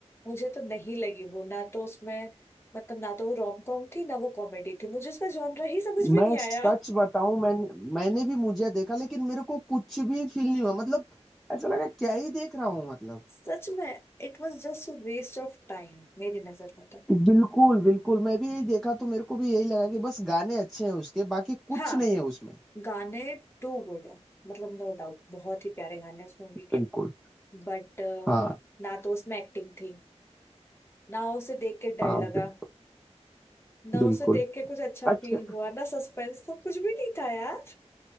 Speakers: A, on the left (about 20°); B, in the centre.
A: मुझे तो नहीं लगी वो ना तो उसमें मतलब ना तो वो रोम कॉम थी ना वो कॉमेडी थी मुझे उसका जॉनर ही समझ में
B: मैं
A: नहीं आया
B: सच बताऊं मैं मैंने भी मुझे देखा लेकिन मेरे को कुछ भी फील नहीं हुआ मतलब ऐसा लगा क्या ही देख रहा हूँ मतलब
A: सच में it was just waste of time मेरी नजर में तो
B: बिल्कुल बिल्कुल मैं भी यही देखा तो मेरे को भी यही लगा कि बस गाने अच्छे हैं उसके बाकी कुछ
A: हाँ
B: नहीं है उसमें
A: गाने टू गुड है मतलब नो डाउट बहुत ही प्यारे गाने हैं उस मूवी
B: बिल्कुल
A: के बट
B: हाँ
A: ना तो उसमें एक्टिंग थी ना उसे देख के डर
B: हाँ
A: लगा
B: बिल-
A: ना
B: बिल्कुल
A: उसे देख के कुछ अच्छा
B: अच्छा
A: फील हुआ ना सस्पेंस था कुछ भी नहीं था यार